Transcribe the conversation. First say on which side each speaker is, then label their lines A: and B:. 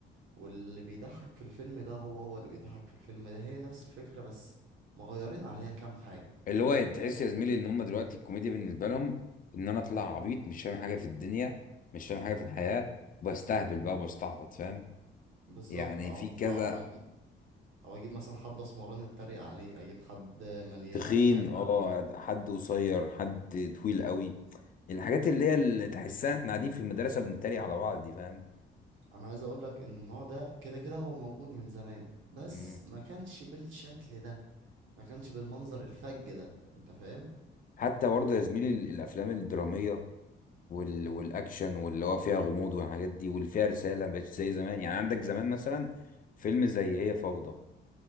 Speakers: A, on the right; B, on the left.
A: واللي بيضحك في الفيلم ده هو هو اللي بيضحك في الفيلم ده هي نفس الفكرة بس مغيرين عليها كام حاجة
B: اللي هو تحس
A: فاهم
B: يا زميلي ان هم دلوقتي الكوميديا بالنسبه لهم ان انا اطلع عبيط مش فاهم حاجه في الدنيا مش فاهم حاجه في الحياه وبستهبل بقى وبستعبط فاهم
A: بالظبط
B: يعني
A: أو
B: في
A: أطلع
B: كذا
A: أجيب أو أجيب مثلا حد أسمراني أتريق عليه أجيب حد مليان
B: تخين
A: أتريق
B: اه
A: عليه
B: حد قصير حد طويل قوي الحاجات اللي هي اللي تحسها احنا قاعدين في المدرسه بنتريق على بعض دي فاهم
A: انا عايز اقول لك ان النوع ده كده كده هو موجود من زمان بس
B: مم.
A: ما كانش بالشكل ده ما كانش بالمنظر الفج ده انت فاهم
B: حتى برضه يا زميلي ال- الافلام الدراميه وال... والاكشن واللي هو فيها غموض والحاجات دي واللي فيها رساله مبقتش زي زمان يعني عندك زمان مثلا فيلم زي هي فوضى